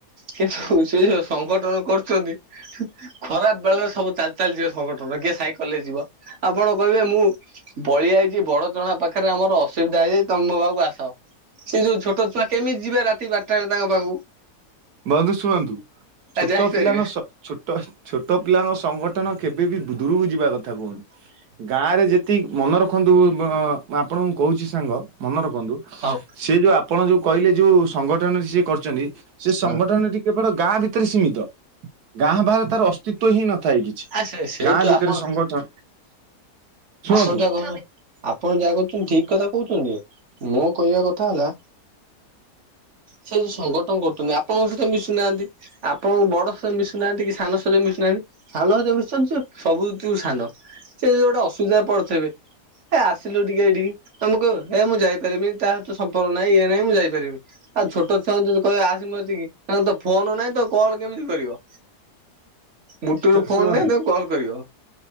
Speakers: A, on the right; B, on the right.
A: କିନ୍ତୁ ସେ ଯୋଉ ସଂଗଠନ କରୁଛନ୍ତି। ଖରାପ ବେଳରେ ସବୁ ଚାଲି ଚାଲିଯିବ ସଂଗଠନ କିଏ ସାଇକେଲରେ ଯିବ ଆପଣ କହିବେ ମୁଁ ବଳିଆଇଛି ବଡ ଚଣା ପାଖରେ ଆମର ଅସୁବିଧା ହେଇଯାଇଛି ତମ ମୋ ପାକୁ ଆସ ସେ ଯୋଉ ଛୋଟ ଛୁଆ କେମିତି ଯିବେ ରାତି ବାରଟା ବେଳେ ତାଙ୍କ ପାଖକୁ।
B: ବନ୍ଧୁ ଶୁଣନ୍ତୁ
A: ଆ
B: ଛୋଟ
A: ଯାଇପାରିବେ।
B: ପିଲାଙ୍କ ଛୋଟ ଛୋଟ ପିଲାଙ୍କ ସଂଗଠନ କେବେ ବି ଦୂରକୁ ଯିବା କଥା କହୁନି ଗାଁ ରେ ଯେତେ ଏତି ମନେ ରଖନ୍ତୁ ଆପଣଙ୍କୁ କହୁଛି ସାଙ୍ଗ ମନେ ରଖନ୍ତୁ।
A: ହଉ।
B: ସେ ଯୋଉ ଆପଣ ଯୋଉ କହିଲେ ଯୋଉ ସଂଗଠନ ସିଏ କରିଛନ୍ତି ସେ ସଂଗଠନଟି
A: ହଁ
B: କେବଳ ଗାଁ ଭିତରେ ସୀମିତ ଗାଁ ବାହାରେ ତାର ଅ ଅସ୍ତିତ୍ଵ ହିଁ ନଥାଏ କିଛି
A: ଆ ସେ ସେଇଠୁ
B: ଗାଁ ଭିତରେ
A: ଆପଣ
B: ସଂଗଠନ ଶୁଣନ୍ତୁ
A: ଆପଣ ଯାହା କହୁ ଆପଣ ଯାହା କରୁଛନ୍ତି ଠିକ କଥା କହୁଛନ୍ତି ମୋ କହିବା କଥା ହେଲା ସେ ଯୋଉ ସଂଗଠନ କରୁଛନ୍ତି ଆପଣଙ୍କ ସହିତ ମିଶୁନାହାନ୍ତି। ଆପଣ ବଡ ସ ମିଶୁନାହାନ୍ତି କି ସାନ ଶତ ମିଶୁନାହାନ୍ତି ସାନ ଶତ ମିଶୁଛନ୍ତି ସବୁୁଠୁ ସାନ। ସେ ଯ ଗୋଟେ ଅସୁବିଧା ପଡଥିବେ। ଏ ଆସିଲୁ ଟିକେ ଏଇଠିକି ତମକୁ ହେ ମୁଁ ଯାଇପାରି ମିନି ତା ତ ସମ୍ପର୍କ ନାହିଁ ଇଏ ନାହିଁ ମୁଁ ଯାଇପାରିବିନି ଆଉ ଛୋଟ ଛୁଆ ଙ୍କୁ ଯଦି କହିବା ଆସ ମୋକତିକି ତାଙ୍କ ଫୋନ ନାଇଁ ତ କଲ କେମିତି କରିବ। ମୁଟୁରୁ ଫୋନ
B: ଶୁଣନ୍ତୁ
A: ନାହିଁ ତାକୁ କଲ୍ କରିବ।